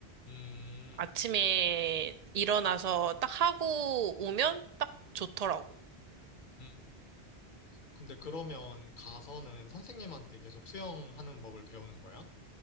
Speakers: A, on the left; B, on the right.
A: 음.
B: 아침에 일어나서 딱 하고 오면 딱 좋더라고.
A: 음, 근데 그러면 가서는 선생님한테 계속 수영하는 법을 배우는 거야?